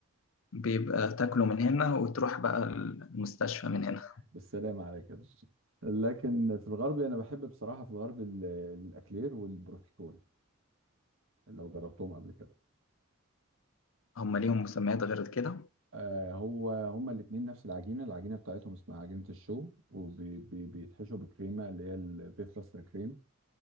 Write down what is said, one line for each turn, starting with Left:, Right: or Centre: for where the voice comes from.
Left: بيبقى تاكله من هنا وتروح بقى المستشفى من هنا
Right: بالسلامه على كده لكن في الغرب انا بحب بصراحه في الغرب ال- الاكلير والبروفيترول لو جربتهم قبل كده
Left: هم ليهم مسميات غير كده
Right: آه، هو هما الاثنين نفس العجينه العجينه بتاعتهم اسمها عجينه الشو وبيتحشوا بكريمه اللي هي البيفلستر كريم